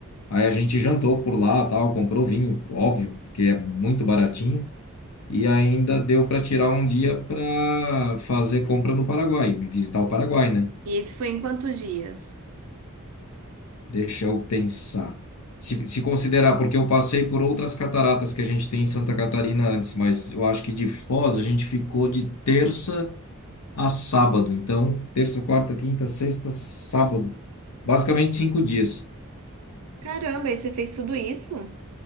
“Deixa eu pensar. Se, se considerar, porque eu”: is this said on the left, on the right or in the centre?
Left